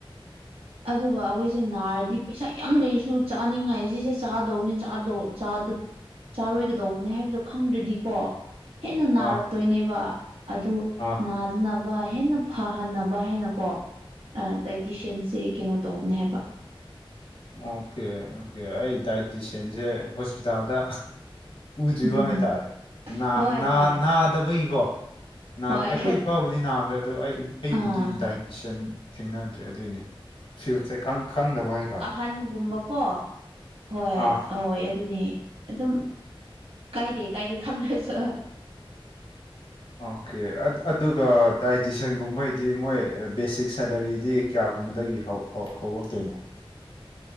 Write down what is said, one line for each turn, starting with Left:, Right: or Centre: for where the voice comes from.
Left: <inaudible>
Right: ꯑꯗꯨꯒ ꯑꯩꯈꯣꯏꯁꯦ ꯅꯥꯔꯗꯤ ꯄꯩꯁꯥ ꯌꯥꯝ ꯂꯩꯔꯁꯨ ꯆꯥꯅꯤꯡꯉꯥꯏ ꯁꯤꯁꯦ ꯆꯥꯗꯧꯕꯅꯦ ꯆꯥꯗꯣ ꯆꯥꯔꯣꯏꯒꯗꯧꯕꯅꯦ ꯍꯥꯏꯕꯗꯣ ꯈꯪꯗ꯭꯭ꯔꯗꯤꯀꯣ ꯍꯦꯟꯅ ꯅꯥꯔꯛꯇꯣꯏꯅꯦꯕ
Left: ꯑꯥ
Right: ꯑꯗꯨ
Left: ꯑꯥ
Right: ꯅꯥꯗꯅꯕ ꯍꯦꯟꯅꯥ ꯐꯍꯟꯅꯕꯥ ꯍꯥꯏꯅꯀꯣ ꯗꯥꯏꯇꯤꯁꯟꯁꯦ ꯀꯩꯅꯣ ꯇꯧꯕꯅꯦ ꯍꯥꯏꯕ
Left: ꯑꯣꯀꯦ ꯑꯣꯀꯦ ꯑꯩ ꯗꯥꯏꯇꯁꯤꯌꯥꯟꯁꯦ ꯍꯣꯁꯄꯤꯇꯥꯜꯗ ꯎꯗ꯭ꯔꯤꯕ
Right: ꯎꯝ
Left: ꯍꯥꯏꯇꯥꯔꯦ ꯅꯥ
Right: ꯍꯣꯏ
Left: ꯅꯥ
Right: ꯍꯣꯏ
Left: ꯅꯥꯗꯕꯒꯤꯀꯣ
Right: ꯍꯣꯏ
Left: ꯑꯩꯈꯣꯏ ꯏꯄꯥꯕꯨꯗꯤ ꯅꯥꯈ꯭ꯔꯦ ꯑꯗꯣ ꯑꯩ ꯑꯩꯕꯨꯗꯤ
Right: ꯑꯥ
Left: ꯗꯥꯏꯇꯁꯤꯌꯥꯟ ꯊꯦꯡꯅꯗ꯭ꯔꯦ ꯑꯗꯨꯏꯅꯦ ꯐꯤꯜꯆꯦ ꯈꯪ ꯈꯪꯗꯕ ꯍꯥꯏꯇꯥꯔꯦ
Right: ꯍꯟꯒꯨꯝꯕꯀꯣ ꯍꯣꯏ
Left: ꯑꯥ
Right: ꯍꯣꯏ ꯑꯗꯨꯅꯤ ꯑꯗꯨꯝ ꯀꯥꯏꯗꯦ ꯀꯥꯏꯗꯦ ꯈꯪꯗ꯭ꯔꯁꯣ
Left: ꯑꯣꯀꯦ ꯑꯠ ꯑꯗꯨꯒ ꯗꯥꯏꯇꯤꯁꯟꯒꯨꯝꯕꯩꯗꯤ ꯃꯣꯏ ꯕꯦꯁꯤꯛ ꯁꯦꯂꯔꯤꯗꯤ ꯀꯌꯥꯒꯨꯝꯕꯗꯒꯤ ꯍꯧ ꯍꯧ ꯍꯧꯔꯛꯇꯣꯏꯅꯣ